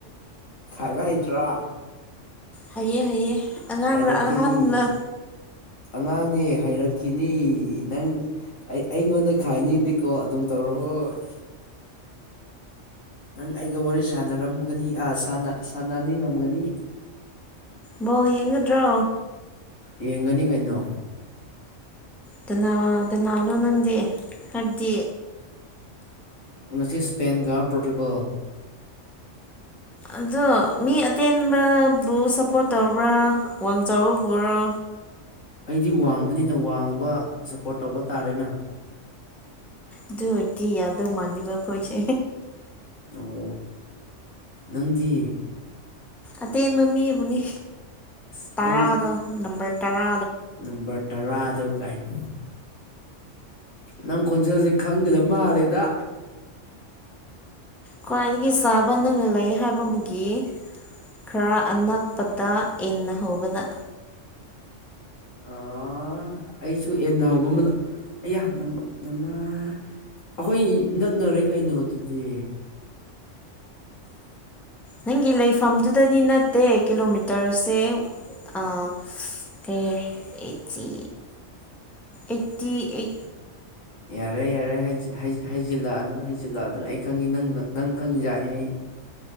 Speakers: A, on the left; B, in the centre.
A: ꯈꯥꯏꯕ ꯍꯩꯇ꯭ꯔꯥ
B: ꯍꯩꯑ ꯍꯩꯌꯦ ꯑꯉꯥꯡꯅ
A: ꯍꯩꯔꯛꯈꯤꯅꯤ
B: ꯑꯍꯅ
A: ꯑꯉꯥꯡꯅꯦ ꯍꯥꯏꯔꯛꯈꯤꯅꯤ ꯅꯪ ꯑꯩ ꯑꯩꯉꯣꯟꯗ ꯈꯥꯏꯅꯤꯡꯗꯤ ꯀꯣꯜ ꯑꯗꯨꯝ ꯇꯧꯔꯣꯏ ꯅꯪ ꯑꯩꯒ ꯋꯥꯔꯤ ꯁꯥꯟꯅꯔꯝꯒꯅꯤ ꯑꯥ ꯁꯥꯟꯅꯅꯤꯡꯉꯝꯒꯅꯤ
B: ꯕ ꯌꯦꯡꯉꯗ꯭ꯔꯣ
A: ꯌꯦꯡꯒꯅꯤ ꯀꯩꯅꯣ
B: ꯀꯅꯥ ꯀꯅꯥꯅꯣ ꯅꯪꯗꯤ ꯍꯥꯏꯕꯗꯤ
A: ꯉꯁꯤ ꯏꯁꯄꯦꯟꯒ ꯄꯣꯔꯇꯨꯒꯜ
B: ꯑꯗꯣ ꯃꯤ ꯑꯇꯦꯟꯕꯕꯨ ꯁꯞꯄꯣꯔꯠ ꯇꯧꯕ꯭ꯔꯥ ꯑꯋꯥꯡ ꯆꯥꯎꯔꯕꯔꯥ
A: ꯑꯩꯗꯤ ꯋꯥꯡꯕꯅꯤꯅ ꯋꯥꯡꯕ ꯁꯞꯄꯣꯔꯠ ꯇꯧꯕ ꯇꯥꯔꯦꯅ
B: ꯑꯗꯨꯗꯤ ꯌꯥꯗ ꯃꯥꯟꯂꯤꯕ ꯍꯣꯏꯁꯦ
A: ꯑꯣ ꯅꯪꯗꯤ
B: ꯑꯇꯦꯟꯕ ꯃꯤꯕꯨꯅꯤ
A: ꯑꯁ
B: ꯇꯔꯥꯗ
A: ꯑꯩ
B: ꯅꯝꯕꯔ ꯇꯔꯥ
A: ꯅꯝꯕꯔ ꯇꯔꯥꯗ ꯀꯥꯏꯅꯤ ꯅꯪ ꯈꯣꯟꯖꯦꯜꯁꯦ ꯈꯪꯒꯗꯕ ꯃꯥꯜꯂꯦꯗ
B: ꯈ꯭ꯋꯥꯏꯗꯒꯤ ꯆꯥꯕ ꯅꯪꯅ ꯂꯩ ꯍꯥꯏꯕꯒꯤ ꯈꯔ ꯑꯅꯛꯄꯗ ꯏꯟꯅ ꯍꯧꯕꯗ
A: ꯑꯥ ꯑꯩꯁꯨ ꯑꯦꯟꯅ ꯍꯧꯕ ꯑꯃꯅꯣ ꯑꯌꯥꯃ ꯅꯃꯥ ꯑꯩꯈꯣꯏ ꯅꯛꯅꯔꯦ ꯀꯩꯅꯣ ꯑꯗꯨꯗꯤ
B: ꯅꯪꯒꯤ ꯂꯩꯐꯝꯗꯨꯗꯗꯤ ꯅꯠꯇꯦ ꯀꯤꯂꯣꯃꯤꯇꯔꯁꯦ ꯑ ꯑꯩꯀꯤ ꯑꯩ
A: ꯌꯥꯔꯦ ꯌꯥꯔꯦ ꯍꯥꯏ ꯍꯥꯏꯩꯖꯤꯜꯂꯛꯑꯅꯨ ꯍꯥꯏꯁꯤꯜꯂꯥꯛꯑ ꯑꯗꯨ ꯑꯩ ꯈꯪꯉꯤ ꯅꯪ ꯈꯪꯉꯖꯥꯅꯤ ꯑꯩ